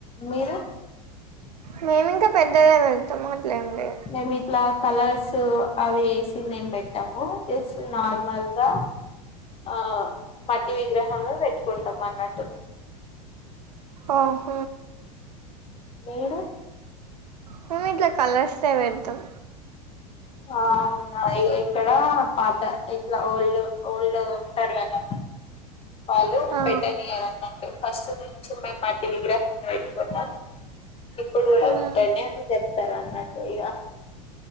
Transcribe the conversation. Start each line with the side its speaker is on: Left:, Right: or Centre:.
Left: మీరు
Right: మేమి ఇంకా పెద్దదే పెడ్తం అట్లేంలేదు
Left: మేము ఇట్లా కలర్స్ అవి వేసి మేము పెట్టాము జస్ట్ నార్మల్ గా ఆ మట్టి విగ్రహమే పెట్టుకుంటాం అన్నట్టు
Right: ఆహ
Left: మీరు
Right: మేమి ఇట్లా కలర్స్తే పెడతాం
Left: ఆ అవునా ఇ ఇక్కడ పాత ఇట్లా ఓల్డ్ ఓల్డ్ ఉంటారు కదా వాళ్ళు
Right: ఆ
Left: పెట్టనియరు అన్నంట ఫస్ట్ నుండి మేం మట్టి విగ్రహాన్ని పెట్టుకుంటాము ఇప్పుడు కూడా
Right: ఉమ్,
Left: పెట్టండి అని అంటారు అన్నట్టు ఇగ